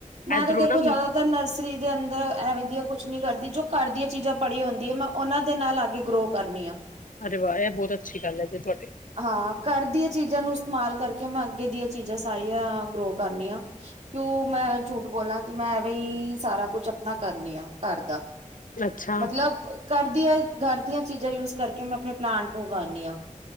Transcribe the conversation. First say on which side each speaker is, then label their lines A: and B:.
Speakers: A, on the right; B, on the left.
A: ਮੈਂ
B: ਏਧਰੋਂ
A: ਤਾਂ ਦੇਖੋ
B: ਨਾ
A: ਜ਼ਿਆਦਾਤਰ ਨਰਸਰੀ ਦੇ ਅੰਦਰ ਐਵੇਂ ਦੀਆਂ ਕੁਛ ਨੀ ਕਰਦੀ। ਜੋ ਘਰ ਦੀਆਂ ਚੀਜ਼ਾਂ ਪੜ੍ਹੀ ਹੁੰਦੀ ਹੈ ਮੈਂ ਉਹਨਾਂ ਦੇ ਨਾਲ ਆ ਕੇ ਗਰੋ ਕਰਨੀ ਆ।
B: ਹਰੇ ਵਾਹ ਇਹ ਬਹੁਤ ਅੱਛੀ ਗੱਲ ਹੈ ਜੇ ਤੁਹਾਡ
A: ਹਾਂ ਘਰ ਦੀਆਂ ਚੀਜ਼ਾਂ ਨੂੰ ਇਸਤੇਮਾਲ ਕਰ ਮੈਂ ਅੱਗੇ ਦੀਆਂ ਚੀਜ਼ਾਂ ਸਾਰੀਆਂ ਗਰੋ ਕਰਨੀ ਆ। ਕਿਉਂ ਮੈਂ ਝੂਠ ਬੋਲਾਂ ਕਿ ਮੈਂ ਐਵੇ ਹੀ ਸਾਰਾ ਕੁਛ ਆਪਣਾ ਕਰਨੀ ਆ ਘਰ ਦਾ
B: ਅੱਛਾ।
A: ਮਤਲਬ ਕਰਦੀ ਐ ਘਰ ਦੀਆਂ ਚੀਜ਼ਾਂ ਯੂਜ ਕਰਕੇ ਮੈਂ ਆਪਣੇ ਪਲਾਂਟ ਨੂੰ ਉਗਾਨੀ ਐਂ।